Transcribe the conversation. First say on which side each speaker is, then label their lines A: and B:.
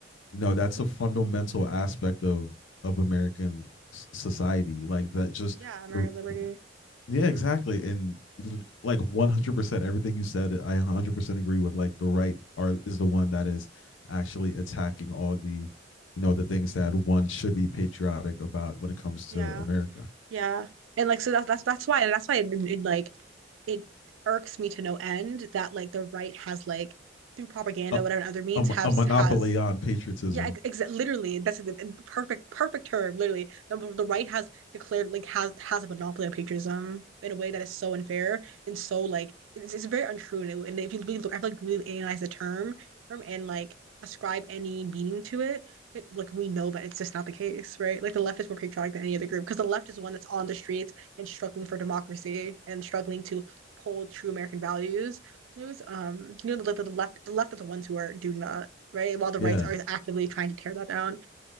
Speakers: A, on the left; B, on the right.
A: you know that's a fundamental aspect of of american society like that just
B: Yeah, American
A: the,
B: liberty.
A: Yeah,
B: hmm
A: exactly. And like 100% everything you said, I 100% agree with. Like the right are is the one that is actually attacking all the, you know, the things that one should be patriotic about when it comes
B: Yeah.
A: to America.
B: Yeah. And like so that's that's that's why and that's why it, it like it irks me to no end that like the right has like through propaganda,
A: A,
B: whatever other means
A: a, mo-
B: has
A: a monopoly
B: has
A: on patriotism.
B: Yeah, ex ex- literally, that's the the perfect perfect term. Literally, the, the right has declared like has has a monopoly on patriotism in a way that is so unfair and so like it's, it's very untrue. And, it, and if you really look, I feel like really analyze the term term and like ascribe any meaning to it, it, like we know that it's just not the case, right? Like the left is more patriotic than any other group because the left is the one that's on the streets and struggling for democracy and struggling to hold true American values. It was um you know the, the, the left the left are the ones who are doing that right? While the
A: Yeah.
B: rights are actively trying to tear that down.